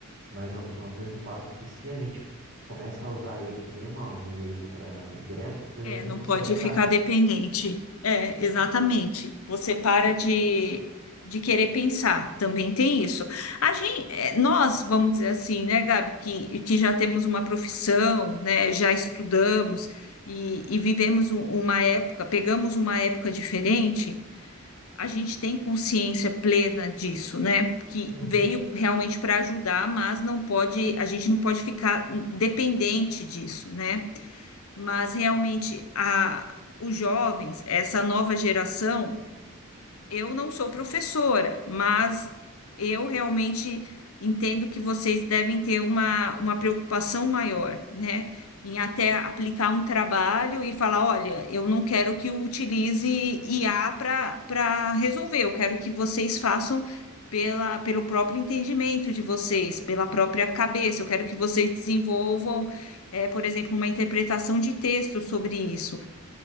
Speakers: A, on the right; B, on the left.
A: mas ao, ao mesmo passo que se a gente começa a usar ele que nem uma muleta para direto, depois
B: É,
A: a gente
B: não
A: não consegue
B: pode
A: andar.
B: ficar dependente. É, exatamente. Você para de, de querer pensar, também tem isso. A gente, nós, vamos dizer assim, né, Gabi, que, que já temos uma profissão, né, já estudamos e, e vivemos u- uma época, pegamos uma época diferente, a gente tem consciência plena disso, né? Que
A: Uhum.
B: veio realmente para ajudar, mas não pode, a gente não pode ficar dependente disso, né? mas realmente a, os jovens, essa nova geração, eu não sou professora, mas eu realmente entendo que vocês devem ter uma, uma preocupação maior, né? Em até aplicar um trabalho e falar: olha, eu não quero que eu utilize IA para para resolver, eu quero que vocês façam pela, pelo próprio entendimento de vocês, pela própria cabeça, eu quero que vocês desenvolvam. eh, por exemplo, uma interpretação de texto sobre isso.